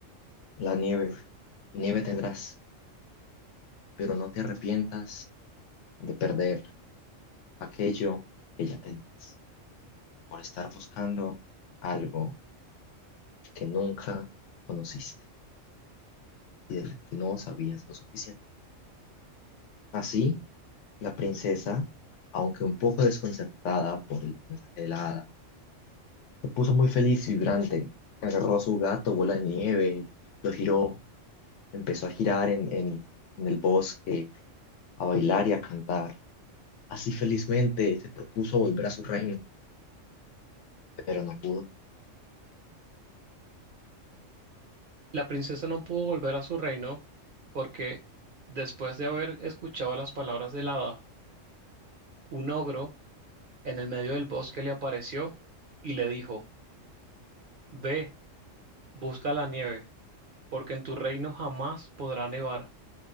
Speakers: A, on the left (about 70°); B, on the right (about 55°).
A: la nieve, nieve tendrás, pero no te arrepientas de perder aquello que ya tenías. por estar buscando algo que nunca conociste y del que no sabías lo suficiente. Así, la princesa, aunque un poco desconcertada por el mensaje de la hada, se puso muy feliz y vibrante. Agarró a su gato, bola de nieve, lo giró, empezó a girar en, en, en el bosque, a bailar y a cantar. Así felizmente se propuso volver a su reino, pero no pudo.
B: La princesa no pudo volver a su reino porque, después de haber escuchado las palabras del hada, un ogro En el medio del bosque le apareció y le dijo, Ve, busca la nieve, porque en tu reino jamás podrá nevar,